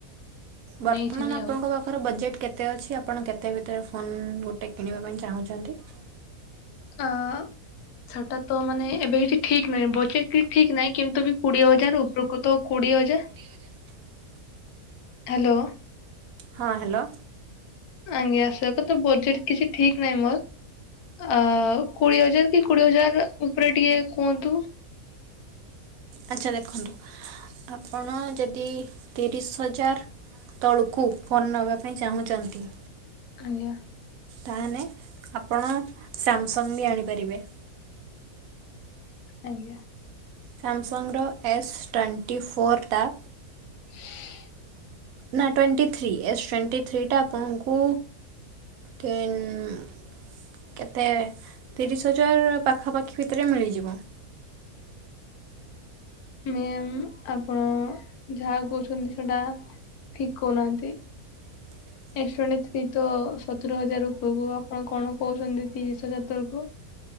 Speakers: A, on the right; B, on the left.
A: ବର୍ତ୍ତମାନ
B: ନେଇଥିନି
A: ଆପଣଙ୍କ
B: ଆଉ
A: ପାଖ ତାଙ୍କର ବଜେଟ୍ କେତେ ଅଛି ଆପଣ କେତେ ଭିତରେ ଫୋନ୍ ଗୋଟେ କିଣିବା ପାଇଁ ଚାହୁଁଛନ୍ତି।
B: ଆ ସେଟା ତ ମାନେ ଏବେ କିଛି ଠିକ୍ ନାହିଁ ବଜେଟ ବି ଠିକ ନାହିଁ କିନ୍ତୁ ବି କୋଡିଏ ହଜାର ଉପରୁକୁ ତ କୋଡିଏ ହଜା
A: ଛି
B: ହ୍ୟାଲୋ।
A: ହଁ ହ୍ୟାଲୋ।
B: ଆଜ୍ଞା ସେଟାତ ବଜେଟ କିଛି ଠିକ ନାହିଁ ମୋର ଆଉ କୋଡିଏ ହଜାର। କୋଡିଏ ହଜାର ଉପରେ ଟିକେ କୁହନ୍ତୁ।
A: ଆଚ୍ଛା ଦେଖନ୍ତୁ ଆପଣ ଯଦି ତିରିଶ ହଜାର। ତଳୁକୁ ଫୋନ ନେବା ପାଇଁ ଚାହୁଁଛନ୍ତି।
B: ଆଜ୍ଞା।
A: ତାହେନେ ଆପଣ ସାମସଙ୍ଗ ବି ଆଣିପାରିବେ।
B: ଆଜ୍ଞା।
A: ସାମସଙ୍ଗର ଏସ୍ ଟ୍ୱେଣ୍ଟି ଫୋର୍ ଟା
B: <inaudible>
A: ନା ଟ୍ୱେଣ୍ଟି ଥ୍ରୀ ଏସ୍ ଟ୍ୱେଣ୍ଟି ଥ୍ରୀଟା ଆପଣଙ୍କୁ ଟ୍ରେନ୍ ଉଁ କେତେ ତିରିଶ ହଜାର ପାଖାପାଖି ଭିତରେ ମିଳିଯିବ।
B: ମ୍ୟାମ ଆପଣ ଯାହା କହୁଛନ୍ତି ସେଟା ଠିକ କହୁନାହାନ୍ତି।
A: <inaudible>
B: ଏସ ଟ୍ୱେନ୍ତି ଥ୍ରୀ ତ ସତର ହଜାର ଉପରକୁ ଆପଣ କଣ କହୁଛନ୍ତି ତିରିଶ ହଜାର ତରକୁ।